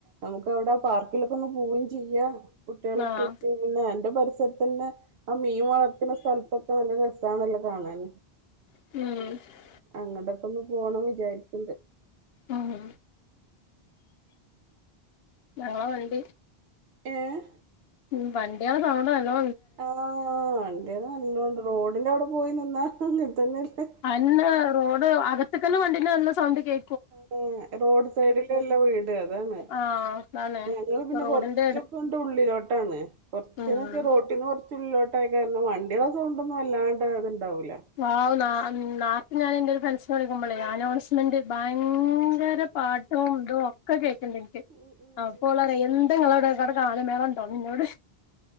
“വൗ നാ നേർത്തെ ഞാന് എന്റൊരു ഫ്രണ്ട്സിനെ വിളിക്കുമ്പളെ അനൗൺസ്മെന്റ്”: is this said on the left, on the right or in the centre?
Left